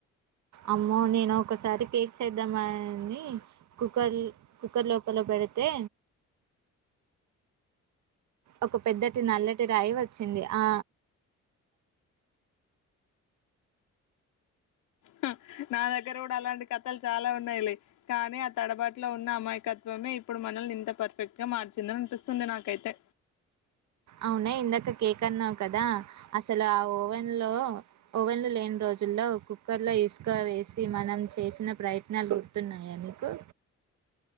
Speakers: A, on the right; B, on the left.
A: అమ్మో నేనొకసారి కేక్ చేద్దామని కుక్కర్ కుక్కర్ లోపల పెడితే ఒక పెద్దటి నల్లటి రాయి వచ్చింది ఆ
B: హా నా దగ్గర కూడా అలాంటి కథలు చాలా ఉన్నాయి లే కానీ ఆ తడబాట్లో ఉన్న అమాయకత్వం మే ఇప్పుడు మనల్ని ఇంత పర్ఫెక్ట్ గా మార్చిందనిపిస్తుంది నాకైతే
A: అవునే ఇందాక కేక్ అన్నావు కదా అసలు ఆ ఓవెన్ లో ఓవెన్ లు లేని రోజుల్లో కుక్కర్ లో ఇసుకో వే సీ మనం చేసిన ప్రయత్నం గుర్తున్నాయా మీకు